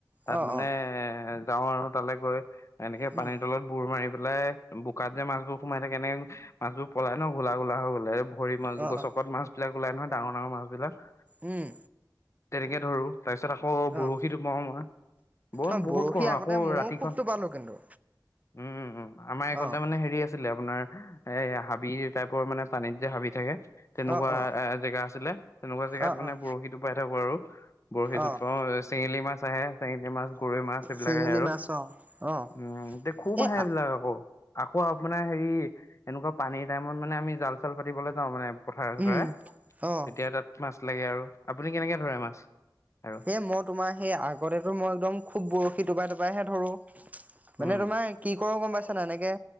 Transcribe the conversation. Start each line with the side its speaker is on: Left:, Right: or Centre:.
Right: অ',
Left: তাত মানে
Right: অ',
Left: এ যাওঁ আৰু তালৈ গৈ এনেকে
Right: উম,
Left: পানীৰ তলত বুৰ মাৰি পেলাই বোকাত যে মাছবোৰ সোমাই থাকে কেনেং মাছবোৰ পলাই ন ঘোলা ঘোলা হৈ গ'লে ভৰি মাছ
Right: অ',
Left: গছকত
Right: অ',
Left: মাছ বিলাক ওলাই নহয় ডাঙৰ ডাঙৰ মাছ বিলাক
Right: উম।
Left: তেনেকে ধৰোঁ। তাৰপিছত আকৌ বৰশী
Right: অ',
Left: টোপাও মই, ব
Right: অ', বৰশী
Left: বহুত কৰো
Right: আগতে
Left: আকৌ
Right: ময়ো
Left: ৰাতিখন
Right: খুব টোপালো কিন্তু
Left: উম আমাৰ একনতে
Right: অ',
Left: মানে হেৰি আছ- ছিল আপোনাৰ এ হাবি টাইপৰ মানে পানীত যে হাবি থাকে। তেনেকুৱা
Right: অ', অ',
Left: এ জেগা আছিলে তেনেকুৱা জেগাত
Right: অ',
Left: মানে
Right: অ',
Left: বৰশী টোপাই থাকো আৰু। বৰশী টোপাও
Right: অ',
Left: চেঙেলী মাছ আহে চেঙেলী মাছ, গৰৈ মাছ এইবিলাক
Right: চেঙেলী
Left: আহে আৰু।
Right: মাছ অ', অ',
Left: উম এতিয়া খুব
Right: এ
Left: আহে এইবিলাক
Right: অ',
Left: আকৌ আকৌ আপোনাৰ হেৰি এনেকুৱা পানীৰ টাইমত মানে আমি জাল চাল পাতিবলৈ যাওঁ মানে পথাৰে চথাৰে
Right: উম, অ',
Left: তেতিয়া তাত মাছ লাগে আৰু আপুনি কেনেকে ধৰে মাছ আৰু
Right: এই মই তোমাৰ সেই আগতেতো মই একদম খুব বৰশী টোপাই টোপাইহে ধৰো
Left: উম
Right: মানে তোমাৰ কি কৰো গম পাইছা নাই এনেকে